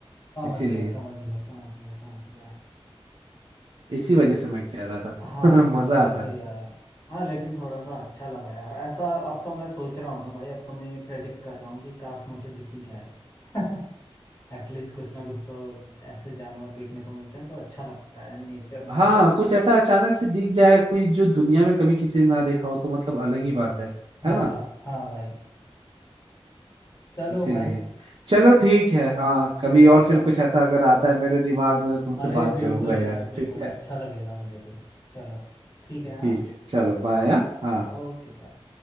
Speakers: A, on the left (about 35°); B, on the right (about 60°).
A: समझ
B: इसीलिए
A: गया समझ गया समझ गया समझ गया
B: इसी वजह से मैं कह रहा था
A: हाँ
B: <laughs>
A: इस
B: मजा
A: वजह
B: आता
A: से
B: है
A: ही आया हाँ लेकिन थोड़ा सा अच्छा लगा यार ऐसा अब तो मैं सोच रहा हूँ ना भाई अब तो मैं प्रेडिक्ट कर रहा हूँ कि काश मुझे दिखी जाए <laughs> एटलीस्ट कुछ ना कुछ तो ऐसे जानवर देखने को मिलते हैं तो अच्छा लगता है नेचर में
B: हाँ
A: कैसे कैसे
B: कुछ ऐसा अचानक से दिख जाए कोई जो दुनिया में कभी किसी ने ना देखा हो तो मतलब अलग ही बात है
A: हाँ
B: है ना
A: हाँ भाई चलो
B: इसीलिए
A: भाई
B: चलो ठीक है हाँ कभी
A: फिर करते
B: और फिर
A: हैं
B: कुछ ऐसा अगर आता है मेरे दिमाग में तो तुमसे
A: अरे
B: बात
A: बिल्कुल
B: करूंगा
A: यार
B: यार
A: बिल्कुल
B: ठीक है
A: अच्छा लगेगा मुझे भी चलो ठीक है हाँ
B: ठीक है चलो बाय हाँ हाँ।
A: Okay bye